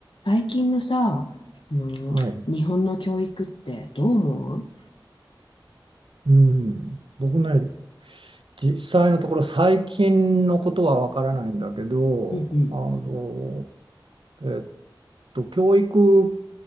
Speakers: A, on the left; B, on the right.
A: 最近のさ、あの、
B: はい。
A: 日本の教育ってどう思う
B: うん。僕ね、実際のところ最近のことはわからないんだけど、
A: うんうん。
B: あの、えっと、教育、